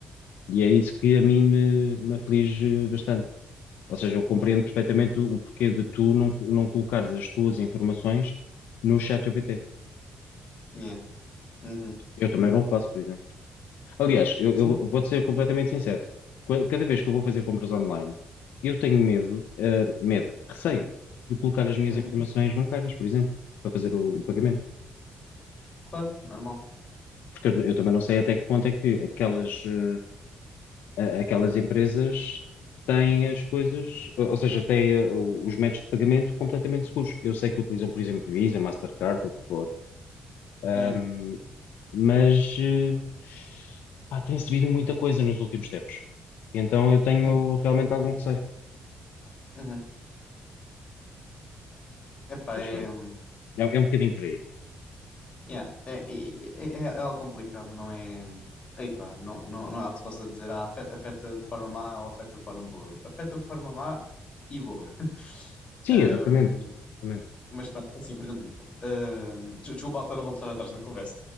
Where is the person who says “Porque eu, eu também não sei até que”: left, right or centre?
Left